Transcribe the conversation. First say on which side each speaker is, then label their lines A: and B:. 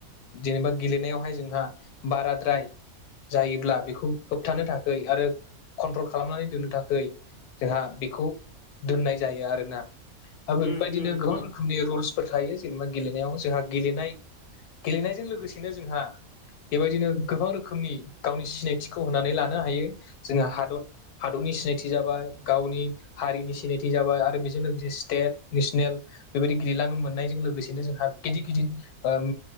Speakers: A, on the left (about 85°); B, on the left (about 50°).
A: जेनेबा गेलेनायावहाय जोंहा बाराद्राय जायोब्ला बेखौ होबथानो थाखाय आरो कन्ट्रल खालामनानै दोननो थाखाय जोंहा बेखौ दोननाय जायो आरोना आरो बेफोरबायदिनो
B: उम उम
A: गोबां
B: उम
A: रोखोमनि रुल्सफोर थायो जेनेबा गेलेनायाव जोंहा गेलेनाय गेलेनायजों लोगोसेनो जोंहा बेबायदिनो गोबां रोखोमनि गावनि सिनायथिखौ होनानै लानो हायो जोङो हादर हादरनि सिनायथि जाबाय गावनि हारिनि सिनायथि जाबाय आरो बेजों लोगोसे स्टेट नेसनेल बेबायदि गिलां मोननायजों लोगोसेनो जोंहा गिदिर गिदिर ओम